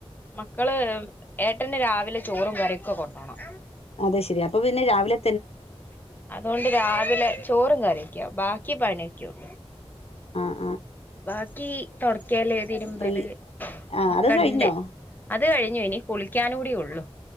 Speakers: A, on the left (about 15°); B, on the left (about 70°).
A: മക്കള്ഏ ന്റ്ന്‌ രാവിലെ ചോറും കറിയൊക്കെ കൊണ്ടോണം
B: അതെ ശെരി അപ്പൊ പിന്നെ രാവ്‌ലെ
A: അതോണ്ട് രാവിലെ ചോറും കറിയാെക്കെയാവും ബാ ക്ക് പണ്യക്ക്യും
B: ആ
A: ബാക്കി തൊടെക്കല് തിരുമ്പല്
B: ഫ്രീ ആഹ്
A: ഒക്കെണ്ട്
B: അത് കഴിഞ്ഞോ
A: അത് കഴിഞ്ഞു ഇനി കുളിക്കാനൂടി ഉള്ളു